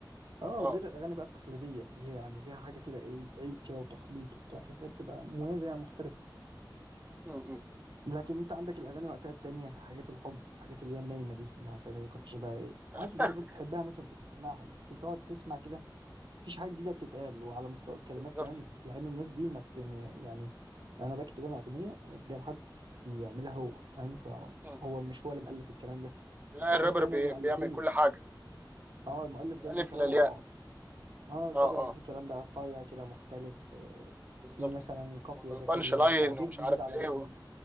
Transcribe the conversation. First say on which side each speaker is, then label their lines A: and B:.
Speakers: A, on the right (about 70°); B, on the right (about 20°).
A: اه
B: اه
A: وغير الاغاني بقى التقليديه اللي هي يعني فيها حاجه كده ايه عيق كده وتخبيط وبتاع فكانت بتبقى مميزه يعني مختلفه
B: م- م.
A: لكن انت عندك الاغاني وقتها التانية حاجات الحب الحاجات اللي هي النايمه دي النعسانه دي كنتش بقى ايه عادي
B: <laughs>
A: انت كنت تحبها مثلا بتسمعها بس انت تقعد تسمع كده مفيش حاجه جديده بتتقال وعلى مستوى الكلمات
B: بالظبط
A: كمان لان الناس دي ما بت يعني انا بكتب انا اغنيه واديها لحد يعملها هو فاهم فهو
B: م.
A: مش هو اللي مؤلف الكلام ده
B: لا
A: فتحس
B: الرابر
A: دايما
B: بي...
A: المؤلفين
B: بيعمل كل حاجه من
A: اه المؤلف دايما
B: الالف
A: كلامه
B: للياء
A: اضعف اه الرابر
B: اه
A: بيبقى
B: اه
A: فيه كلام بقى صايع كده مختلف آه،
B: بالظبط
A: في مثلا قافيه
B: وبانش
A: ذكيه
B: لاين
A: تعبير
B: ومش
A: جديد
B: عارف
A: على ودني
B: ايه و...